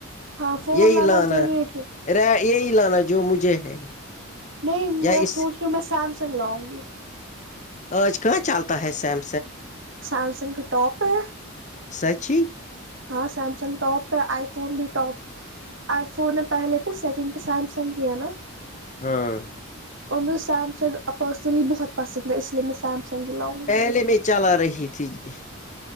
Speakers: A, on the right; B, on the left.
A: ہاں فون
B: یہی لانا
A: ضروری ہے کیوں
B: رے یہی لانا جو مجھے ہے
A: نہیں میں
B: یا اس
A: سوچ رہی ہوں میں سیمسنگ لاؤں گی
B: آج کہاں چلتا ہے سیم
A: سیمسنگ کا ٹاپ ہے
B: سچی
A: ہاں سیمسنگ ٹاپ ہے آئی فون بھی ٹاپ آئی فون نے پہلے پہ سیکنڈ پہ سیمسنگ کی ہے نا
B: ہاں
A: اور مجھے سیمسنگ پرسنلی بہت پسند ہے اس لیے میں سیمسنگ ہی لاؤں گی
B: پہلے میں چلا رہی تھی جی